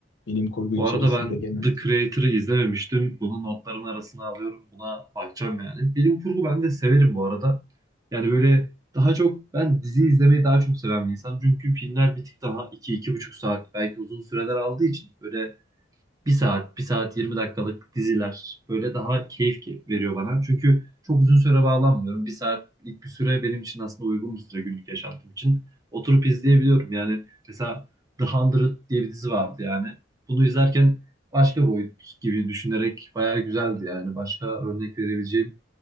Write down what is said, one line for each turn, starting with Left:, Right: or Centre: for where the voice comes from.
Left: Bilim kurgu
Right: Bu
Left: içerisinde
Right: arada ben
Left: genelde.
Right: The Creator'ı izlememiştim. Bunu notların arasına alıyorum. Buna bakacağım yani. Bilim kurgu ben de severim bu arada. Yani böyle daha çok ben dizi izlemeyi daha çok seven bir insan. Çünkü filmler bir tık daha iki iki buçuk saat belki uzun süreler aldığı için böyle bir saat, bir saat 20 dakikalık diziler böyle daha keyif ge- veriyor bana. Çünkü çok uzun süre bağlanmıyorum. Bir saatlik bir süre benim için aslında uygun bir süre günlük yaşantım için. Oturup izleyebiliyorum. Yani mesela The Hundred diye bir dizi vardı yani. Bunu izlerken başka boyut gibi düşünerek bayağı güzeldi yani. Başka örnek verebileceğim